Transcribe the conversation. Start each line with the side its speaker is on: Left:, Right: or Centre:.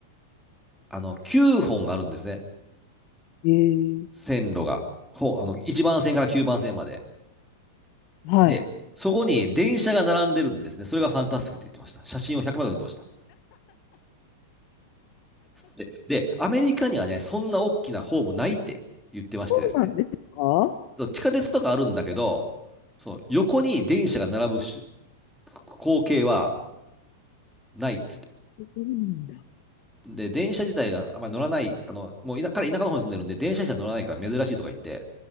Centre: あの、9本あるんですね。
Left: うん。へえ。
Centre: 線路が。ほう、あの、1番線から9番線まで。
Left: はい。
Centre: で、そこに電車が並んでるんですね。それがファンタスティックって言ってました。写真を100枚撮ってました。で、でアメリカにはね、そんな大きなホームないって言ってましてですね。
Left: そうなんですか
Centre: 地下鉄とかあるんだけど、その横に電車が並ぶし光景はないっつって。
Left: そうなんだ。
Centre: で、電車自体があんまり乗らない、あの、もう田彼田舎の方に住んでるんで、電車自体乗らないから珍しいとか言って、